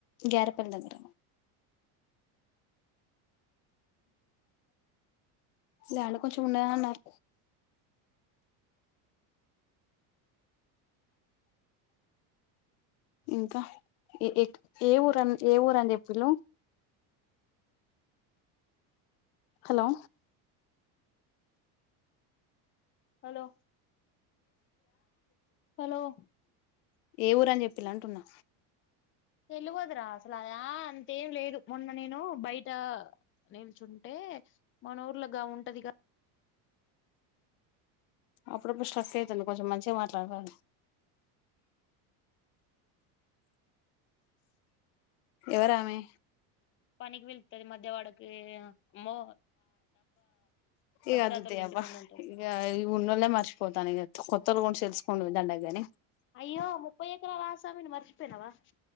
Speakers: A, on the left; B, on the left.
A: గ్యారపల్లి దగ్గర వాళ్లే కొంచెం ఉన్నాద అన్నరు ఇంకా ఏ ఏ ఊరఆన్ ఏ ఊరని చెప్పిల్లు హలో
B: హలో హలో
A: ఏ ఊరు అని చెప్పిల్లు అంటున్నా
B: తెలివదురా అసలు అది ఆ అంతేం లేదు మొన్న నేను బయట నించుంటే మన ఊర్లో గాముంటదిగ
A: అప్పుడప్పుడు స్ట్రక్ అయితుంది కొంచెం మంచిగమాట్లాడరాదు ఎవరామే
B: పనికి వెళ్తది మధ్య వాడకి వే ఆ మో
A: ఇగ అద్దుతి
B: తాతోళ్ళ ఇంటి
A: అవ్వ
B: ముందు ఉంటది
A: ఇగ ఈ ఉన్నొలె మర్చపోతాన ఇగా కొత్త రూమ్ సెల్స్ కొనుడు దండగ గానీ
B: అయ్యో ముప్పై ఎకరాల ఆసామిని మర్చిపోయినవ